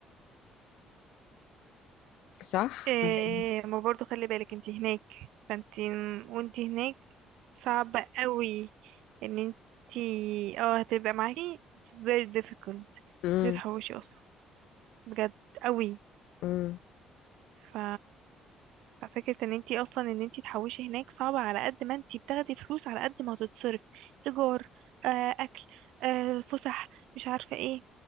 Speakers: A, on the left; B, on the right.
A: صح
B: إيه
A: ولا ايه
B: ما برضو خلي بالك انت هناك فانت وانت هناك صعب قوي ان انت اه هتبقى معاكي very difficult
A: امم
B: دي تحوشي اصلا بجد قوي
A: امم
B: ف ففكرة ان انت اصلا ان انت تحوشي هناك صعبة على قد ما انت بتاخدي فلوس على قد ما هتتصرف ايجار آه اكل آه فسح مش عارفة ايه